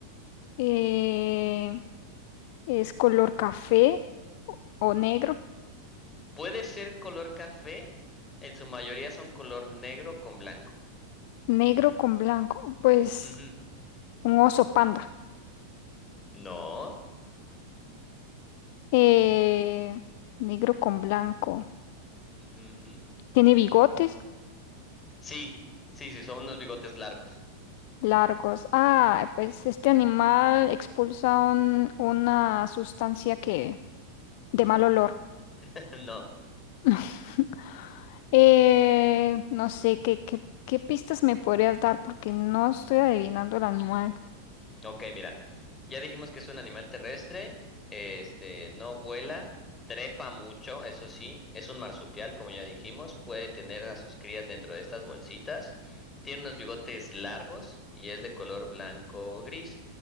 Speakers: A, on the left; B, on the left.
A: eh, es color café o negro.
B: Puede ser color café. En su mayoría son color negro con blanco.
A: Negro con blanco. Pues
B: Ujú.
A: un oso panda.
B: No.
A: Eh, negro con blanco.
B: Ujú, ujú.
A: Tiene bigotes
B: Sí, sí, sí, son unos bigotes largos.
A: largos. Ah, pues este animal expulsa un- una sustancia que de mal olor.
B: <laughs> No.
A: <laughs> Eh, no sé, ¿qué, qué, qué pistas me podrías dar? Porque no estoy adivinando el animal.
B: Ok, mira. Ya dijimos que es un animal terrestre. Este, no vuela, trepa mucho, eso sí. Es un marsupial, como ya dijimos. Puede tener a sus crías dentro de estas bolsitas. Tiene unos bigotes largos y es de color blanco o gris.